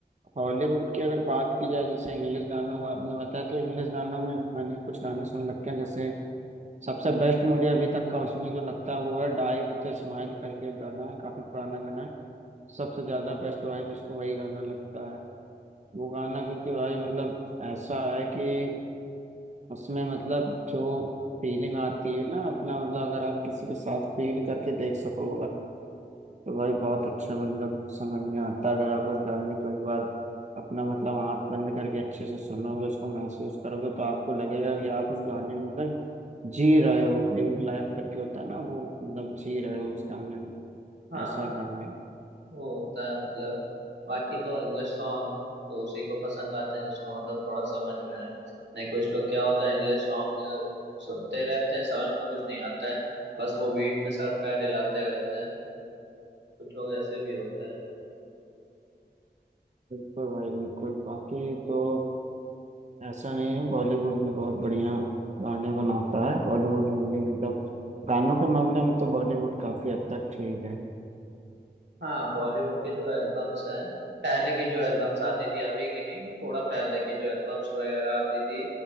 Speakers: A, on the right (about 40°); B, on the right (about 85°).
A: हॉलीवुड की अगर बात की जाए जैसे इंग्लिश गानों का आपने बताया तो इंग्लिश गानों में भी मैंने कुछ गाने सुन रखे हैं जैसे सबसे बेस्ट मुझे अभी तक का उसमें जो लगता है वो है डाई विथ स्माइल करके एक गाना है काफी पुराना गाना है सबसे ज्यादा बेस्ट वाइब उसको वही गाना लगता है वो गाना क्योंकि भाई मतलब ऐसा है कि उसमें मतलब जो फीलिंग आती है ना अपना मतलब अगर आप किसी के साथ फील करके देख सको तो भाई बहुत अच्छा मतलब समझ में आता है अगर आप बस गाने को एक बार अपना मतलब आंख बंद करके अच्छे से सुनोगे उसको महसूस करोगे तो आपको लगेगा कि आप उस गाने में मतलब जी रहे हो लिविंग लाइफ करके होता है ना वो मतलब जी रहे हो उस गाने में
B: हाँ
A: ऐसा था भाई
B: वो होता है मतलब बाकी तो इंग्लिश सॉन्ग तो उसी को पसंद आते हैं जिसको मतलब थोड़ा समझ में आए नहीं कुछ लोग क्या होता है इंग्लिश सॉन्ग सुनते रहते हैं समझ में कुछ नहीं आता है बस वो बीट में सर पैर हिलाते रहते हैं कुछ लोग ऐसे भी होते हैं
A: बिल्कुल भाई बिल्कुल बाकी तो ऐसा नहीं है बॉलीवुड भी बहुत बढ़िया गाने बनाता है बॉलीवुड में भी मतलब गानों के मामले में तो बॉलीवुड काफी हद तक ठीक है
B: हाँ बॉलीवुड की जो एल्बम्स हैं पहले की जो एल्बम्स आती थी अभी की नहीं थोड़ा पहले की जो एल्बम्स वगैरह आती थी